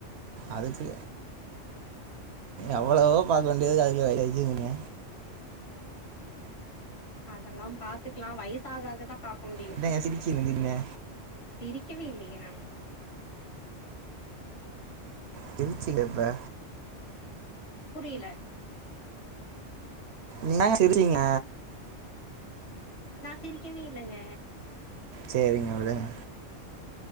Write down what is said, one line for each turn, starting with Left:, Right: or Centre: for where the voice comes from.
Right: அதுக்கு எவ்ளவோ பாக்க வேண்டியது இருக்கு அதுக்குள்ள வயசாச்சுகிறிங்க
Left: அதெல்லா பாத்துக்கலா வயசாகாக தா பாக்க முடியு
Right: என்னங்க சிரிச்சீங்க திடீர்னு
Left: சிரிக்கவே இல்லையே நானு
Right: சிருச்சில இப்ப
Left: புரியில
Right: என்னாங்க சிரிச்சீங்க
Left: நா சிரிக்கவே இல்லங்க
Right: செரிங்க விடுங்க